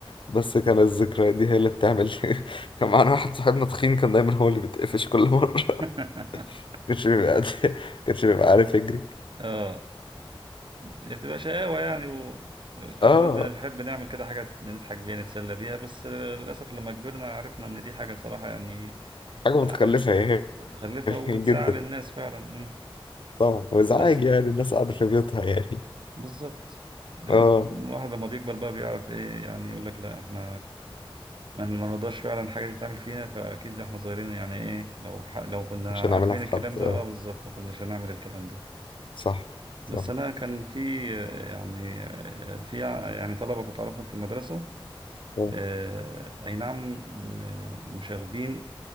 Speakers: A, on the left; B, on the right.
A: بس كان الذكريات دي هي اللي بتعمل <laughs> كان معانا واحد صاحبنا تخين كان دايما هو اللي بيتقفش كل مرة
B: <laughs>
A: <laughs> كانش بيبقى كانش بيبقى عارف يجري
B: آه هي بتبقى شقاوة يعني و... أوقات
A: اه
B: بن- بنحب نعمل كده حاجة نضحك بيها نتسلى بيها بس آه، للأسف لما كبرنا عرفنا إن دي حاجة صراحة يعني
A: حاجة
B: لا
A: متخلفة يعني
B: متخلفة
A: <laughs>
B: وتزعل
A: جدا
B: الناس فعلا مم.
A: طبعا وازعاج
B: بس
A: يعني الناس قاعدة في بيوتها يعني
B: بالظبط الواحد
A: اه
B: لما بيكبر بقى بيعرف ايه يعني يقول لك لا احنا ما ما نقدرش فعلا حاجة تتعمل فينا فأكيد إحنا صغيرين يعني إيه لو ح... لو كنا
A: مش
B: عارفين
A: هنعملها في
B: الكلام
A: حد
B: ده
A: اه
B: أه بالظبط ما كناش هنعمل الكلام ده
A: صح صح
B: بس أنا كان في آه، يعني آه، في ع- يعني طلبة كنت أعرفهم في المدرسة
A: آه.
B: آه، أي نعم آه، مشاغبين